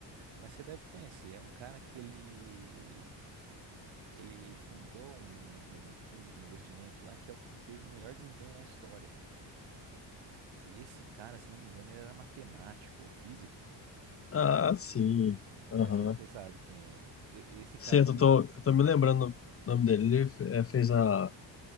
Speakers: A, on the right (about 80°); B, on the left (about 30°).
A: Mas você deve conhecer, é um cara que ele ele fundou um, um fundo de investimentos lá que é o que teve o melhor desempenho na história. E esse cara, se não me engano, ele era matemático ou físico.
B: Ah, sim.
A: E
B: Aham.
A: você sabe quem é. E- Esse cara,
B: Sim, eu
A: ele,
B: tô, eu tô me lembrando o nome dele. Ele fe- é, fez a,